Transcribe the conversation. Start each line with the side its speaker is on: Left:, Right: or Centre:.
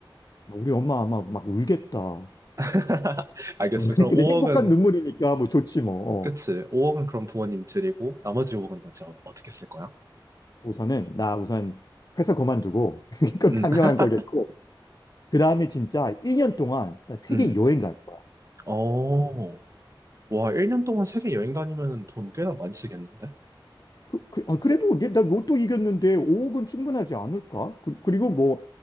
Left: 우리 엄마 아마 막 울겠다.
Right: <laughs> 알겠어.
Left: <laughs>
Right: 그럼
Left: 근데
Right: 5억은,
Left: 행복한 눈물이니까 뭐 좋지 뭐.
Right: 그치.
Left: 어.
Right: 5억은 그럼 부모님 드리고, 나머지 5억은 어째- 어떻게 쓸 거야?
Left: 우선은 나 우선 회사 그만두고 <laughs> 그건
Right: 음,
Left: 당연한
Right: <laughs>
Left: 거겠고 그 다음에 진짜 1년 동안 나 세계
Right: 음.
Left: 여행 갈 거야.
Right: 어. 와, 1년 동안 세계 여행 다니면 돈 꽤나 많이 쓰겠는데?
Left: 그, 그, 아, 그래도 내, 나 로또 이겼는데 5억은 충분하지 않을까? 그, 리고 뭐